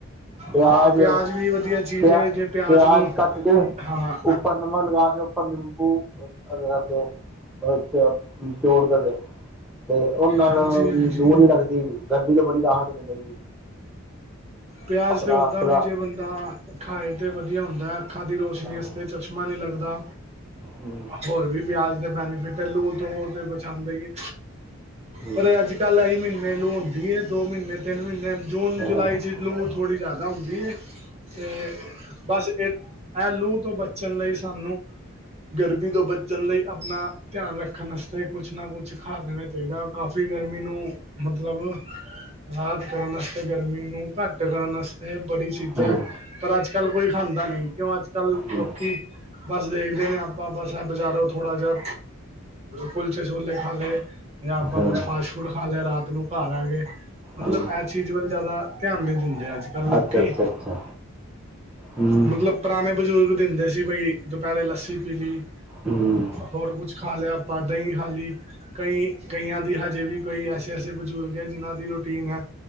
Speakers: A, in the centre; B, on the right.
A: ਪਿਆਜ
B: ਹਾਂ ਪਿਆਜ਼ ਵੀ ਵਧੀਆ ਚੀਜ਼
A: ਪਿਆ
B: ਹੈ ਜੇ ਪਿਆਜ਼
A: ਪਿਆਜ
B: ਨੂੰ
A: ਕੱਟ ਕੇ
B: ਹਾਂ
A: ਉੱਪਰ ਨਮਕ ਲਗਾ ਕੇ ਉੱਪਰ ਨਿੰਬੂ ਅੱਗੇ ਕਰਦੇ ਉਹ ਜੋੜ ਦੇਵੇ ਤੇ ਉਹਦੇ ਨਾਲ
B: ਹਾਂਜੀ ਹਾਂਜੀ
A: ਵੀ ਲੂਹ ਨੀ ਲੱਗਦੀ ਗਰਮੀ ਤੋਂ ਬੜੀ ਰਾਹਤ, ਮਿਲੇਗੀ
B: ਪਿਆਜ
A: ਆਪਣਾ
B: ਤੇ ਓਦਾਂ
A: ਅਸਲਾ
B: ਵੀ ਜੇ ਬੰਦਾ ਖਾਏ ਤੇ ਵਧੀਆ ਹੁੰਦਾ ਹੈ ਅੱਖਾਂ ਦੀ ਰੋਸ਼ਨੀ
A: ਹਮ,
B: ਵਸਤੇ ਚਸ਼ਮਾ ਨੀ ਲੱਗਦਾ।
A: ਹਮ,
B: ਹੋਰ ਵੀ ਪਿਆਜ਼ ਦੇ ਬੈਨੀਫਿਟ ਹੈ ਲੂ ਤੋਂ ਤੇ ਬਚਾਂਦਾ ਹੀ ਹੈ।
A: ਹਮ,
B: ਪਰ ਏ ਅੱਜ ਕੱਲ੍ਹ ਏਹੀ ਮਹੀਨੇ ਲੂ ਹੁੰਦੀ ਐ ਦੋ ਮਹੀਨੇ ਤਿੰਨ ਮਹੀਨੇ ਜੂਨ
A: ਹਾਂ,
B: ਜੁਲਾਈ
A: ਹਾਂ,
B: ਲੂ ਥੋੜ੍ਹੀ ਜਿਆਦਾ ਹੁੰਦੀ ਐ। ਤੇ ਬਸ ਇਹ ਐ ਲੂ ਤੋਂ ਬਚਣ ਲਈ ਸਾਨੂੰ ਗਰਮੀ ਤੋਂ ਬਚਣ ਲਈ ਆਪਣਾ ਧਿਆਨ ਰੱਖਣ ਵਸਤੇ ਕੁਛ ਨਾ ਕੁਛ ਖਾ ਲੈਣਾ। ਚਾਹੀਦਾ ਕਾਫ਼ੀ ਗਰਮੀ ਨੂੰ ਮਤਲਬ ਰਾਹਤ ਕਰਨ ਵਸਤੇ ਗਰਮੀ ਨੂੰ ਘੱਟ ਕਰਨ ਵਸਤੇ ਬੜੀ ਚੀਜ਼ਾਂ
A: ਹਮ,
B: ਪਰ ਅੱਜ ਕੱਲ ਕੋਈ ਖਾਂਦਾ ਨਹੀਂ ਕਿਉਂ ਅੱਜ ਕੱਲ
A: ਹਮ,
B: ਲੋਕੀ। ਬਸ ਦੇਖਦੇ ਨੇ ਆਪਾਂ ਬਸ ਏ ਬਜ਼ਾਰੋਂ ਥੋੜਾ ਜਿਹਾ ਕੁਲਚੇ ਛੋਲੇ ਖਾਲੇ ਜਾਂ ਆਪਾਂ
A: ਹਾਂ,
B: ਕੁਛ ਫਾਸਟ ਫੂਡ ਖਾ ਲਿਆ ਰਾਤ ਨੂੰ ਘਰ ਆਗੇ ਮਤਲਬ
A: ਹਮ,
B: ਇਹ ਚੀਜ਼ ਵੱਲ ਜ਼ਿਆਦਾ ਧਿਆਨ ਨੀ ਦਿੰਦੇ ਅੱਜ ਕੱਲ ਲੋਕੀ
A: ਅੱਛਾ ਅੱਛਾ ਅੱਛਾ ਹਮ,
B: ਮਤਲਬ ਪੁਰਾਣੇ ਬਜ਼ੁਰਗ ਦਿੰਦੇ ਸੀ ਬਈ ਦੁਪਿਹਰੇ ਲੱਸੀ ਪੀ ਲੀ।
A: ਹੂੰ,
B: ਹੋਰ ਕੁਛ ਖਾ ਲਿਆ ਆਪਾਂ ਦਹੀਂ ਖਾ ਲਈ। ਕਈ ਕਈਆਂ ਦੀ ਹਜੇ ਵੀ ਕਈ ਐਸੇ ਐਸੇ ਬਜ਼ੁਰਗ ਹੈ ਜਿਹਨਾਂ ਦੀ ਰੋਟੀ ਨੇ